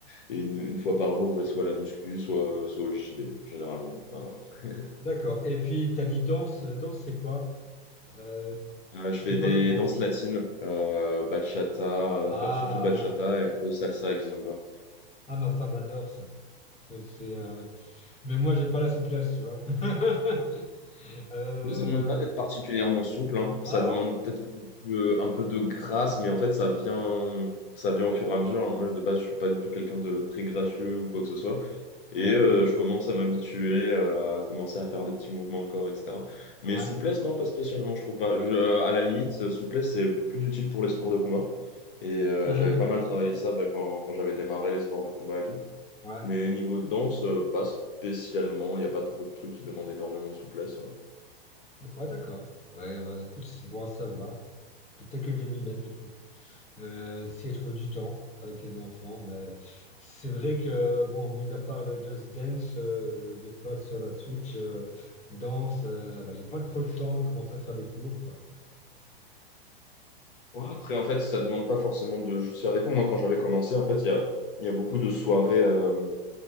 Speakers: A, on the left (about 60°); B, on the left (about 20°).
A: et une, une fois par jour, je vais soit à la muscu, soit, soit au JB, généralement. Voilà. <laughs>
B: D'accord. Et puis, t'as dit danse. euh, Danse, c'est quoi? Euh,
A: Euh, je
B: tu
A: fais
B: fais quoi
A: des
B: comme danse?
A: danses latines, euh, bachata,
B: Ah,
A: euh, ba- surtout bachata et un peu salsa et kizomba.
B: ah, ma femme adore ça. C'est, c'est, euh, Mais moi, j'ai pas la souplesse, tu vois. <laughs> Euh,
A: Oui, ça ne demande pas d'être particulièrement souple, hein. Ça
B: Ah
A: demande
B: bon?
A: peut-être un peu, euh, un peu de grâce, mais en fait, ça vient, ça vient au fur et à mesure. hein. Moi, de base, je suis pas du tout quelqu'un de très gracieux ou quoi que ce soit. Et
B: Ouais,
A: euh, je commence à m'habituer, à, à commencer à faire des petits mouvements de corps, etc. Mais
B: ouais.
A: souplesse, non, pas spécialement, je trouve pas. Je- à la limite, euh, souplesse, c'est plus utile pour les sports de combat. Et euh,
B: uhum,
A: j'avais pas mal travaillé ça bah, quand, quand j'avais démarré les sports de combat et tout.
B: Ouais,
A: Mais niveau danse, euh, pas spécialement. Il n'y a pas trop de trucs qui demandent énormément de souplesse. hein.
B: ouais, d'accord. Ouais, bah, écoute, c'est bon à savoir. Peut-être que je vais m'y mettre du coup. Euh, si je trouve du temps avec les enfants, mais c'est vrai que, bon, mis à part le Just Dance, euh, des fois sur la Switch, euh, danse, euh, bah, j'ai pas trop le temps de commencer à faire des cours, quoi.
A: Ouais, après, en fait, ça demande pas forcément de juste faire des cours. Moi, quand j'avais commencé, en fait, il y a, il y a beaucoup de soirées. euh,